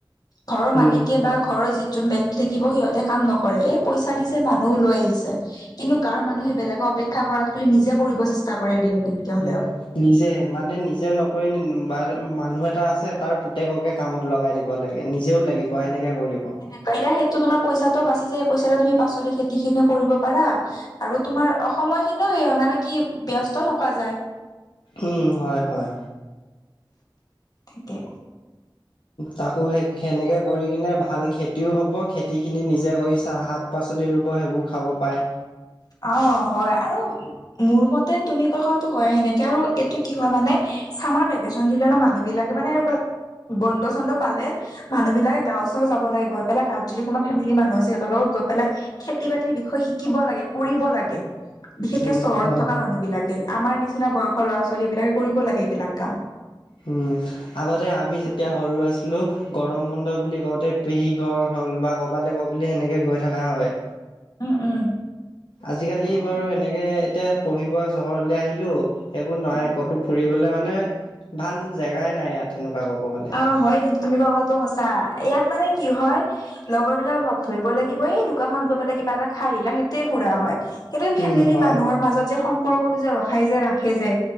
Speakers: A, on the left; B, on the left.
A: ঘৰৰ মালিকে
B: উম
A: বা ঘৰৰ যিটো ব্যক্তি থাকিব সিহঁতে কাম নকৰে, এই পইচা দিছে মানুহো লৈ আহিছে। কিন্তু গাঁৱৰ মানুহে বেলেগক অপেক্ষা কৰাতকৈ নিজে কৰিব চেষ্টা কৰে এদিনে এদিন। হলেও
B: উম। নিজে মানে নিজে নকৰি বা মানুহ এটা আছে তাৰ পুতেককে কামত লগাই দিব। লাগে, নিজেও লাগিব সেনেকে কৰিব।
A: হয়নে? সেইটো তোমাৰ পইচাটো বাচি যায়। পইাটো তুমি পাছতে খেতি খিনি কৰিব পাৰা। আৰু তোমাৰ অ' সময় খিনিও সেই হয় মানে কি ব্যস্ত থকা যায়।
B: উম, হয়, হয়।
A: ঠিকে।
B: তাকো হেই একে। সেনেকৈ কৰি কিনে ভাল খেতিও হ'ব, খেতিখিনি নিজে কৰি চা শাক, পাচলি ৰুব সেইবোৰ খাব পাৰে।
A: অ', হয়, আৰু মোৰ মতে তুমি কথাটো কি হয়, সেনেকে আৰু এইটো কি হয় মানে চামাৰ ব ফেশ্বন ডিজাইন মানুহ বিলাকে মানে এনেকুৱা বন্ধ চন্দ পালে মানুহবিলাক গাঁও চাও যাব লাগে, গৈ পেলাই গাঁওত যদি কোনোবা ফেমিলি মানুহ আছে সিহতৰ লগত গৈ পেলাই খেতি বাতিৰ বিষয়ে শিকিব লাগে, কৰিব লাগে, বিশেষকে
B: উম
A: চহৰত
B: হয়
A: থকা মানুহ বিলাকে। আমাৰ নিচিনা বয়সৰ ল'ৰা, ছোৱালী বিলাকে কৰিব লাগে এইবিলাক কাম।
B: হুম। আগতে আমি যেতিয়া সৰু আছিলো, গৰম বন্ধ বুলি কওঁতে পেহী ঘৰ হ'ল বা ক'বালৈ বুলি সেনেকৈ গৈ থকা হয়।
A: উম, উম।
B: আজিকালি
A: অ
B: বাৰু সেনেকে এতিয়া পঢ়িব চহৰলে আহিলো সেইবোৰ নই
A: উম
B: ক'তো ফুৰিবলৈ মানে ভাল জেগাই নাই ইয়াত সেনেকুৱা ক'ব গ'লে।
A: অ হয়, কিন্তু তুমি কোৱা কথাটো সঁচা, ইয়াত মানে কি হয় লগৰ বিলাক লগ ধৰিব লাগিব, এই দোকানখনত গৈ পেলাই কিবা এটা খাই আহিলা সেইটোৱে ফুৰা হয়। কিন্তু ফেমিলি
B: উম হয়
A: মানুহৰ মাজত যে সম্পৰ্কটো যে ৰখাই যে ৰাখে যে,